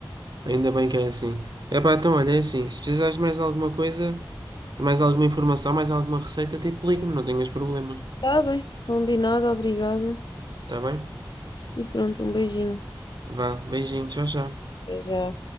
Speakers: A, on the right; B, on the left.
A: Ainda bem que é assim. Epá, então olha, é assim, se precisares de mais alguma coisa, mais alguma informação, mais alguma receita, tipo, liga-me, não tenhas problemas.
B: Está bem, combinado, obrigada.
A: Tá bem?
B: E pronto, um beijinho.
A: Vá, beijinho, tchau, tchau.
B: Até já.